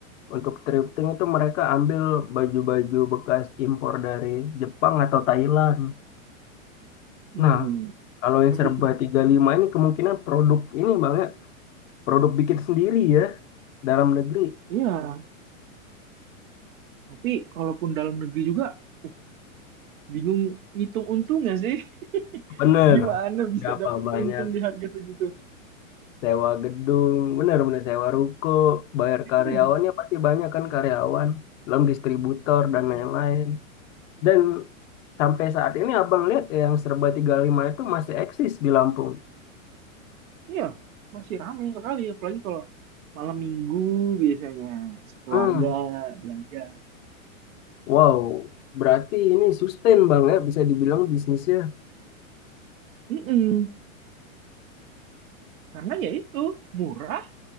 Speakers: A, on the left; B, on the right.
A: untuk thrifting itu mereka ambil baju-baju bekas impor dari Jepang atau Thailand.
B: Hmm,
A: Nah, kalau yang
B: habis
A: serba
B: itu.
A: 35 ini kemungkinan produk ini banyak produk bikin sendiri ya dalam negeri.
B: Iya, tapi kalaupun dalam negeri juga, uh, bingung ngitung untungnya sih. <laughs>
A: Bener,
B: Gimana bisa
A: berapa
B: dapat
A: banyak
B: untung di harga segitu?
A: sewa gedung, benar-benar sewa ruko, bayar
B: Iya,
A: karyawannya pasti banyak kan karyawan, belum distributor
B: Mm-mm.
A: dan lain-lain. Dan sampai saat ini abang lihat yang serba 35 itu masih eksis di Lampung.
B: Iya, masih ramai sekali, apalagi kalau malam minggu biasanya sekeluarga
A: Hmm,
B: belanja.
A: wow, berarti ini sustain bang ya, bisa dibilang bisnisnya.
B: Mm-mm. Karena ya itu murah